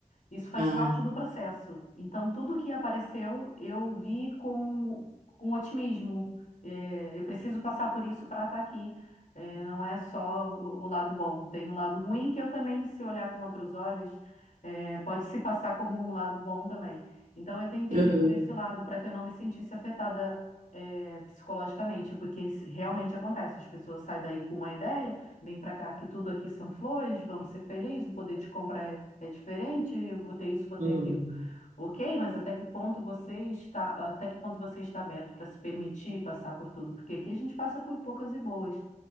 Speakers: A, on the left; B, on the right.
A: Isso faz
B: Ah,
A: parte do processo. Então, tudo que apareceu, eu vi com, com otimismo. É, eu preciso passar por isso para estar aqui. É, não é só o, o lado bom, tem um lado ruim que eu também, se olhar com outros olhos, é, pode se passar como um lado bom também. Então, eu tentei
B: uhum,
A: ver por esse lado para que eu não me sentisse afetada, é, psicologicamente, porque isso realmente acontece. As pessoas saem daí com uma ideia. Vem para cá, que tudo aqui são flores, vamos ser felizes, o poder de compra é, é diferente, eu vou ter isso, vou ter
B: uhum.
A: aquilo. Ok, mas até que ponto você está, até que ponto você está aberto para se permitir passar por tudo? Porque aqui a gente passa por poucas e boas.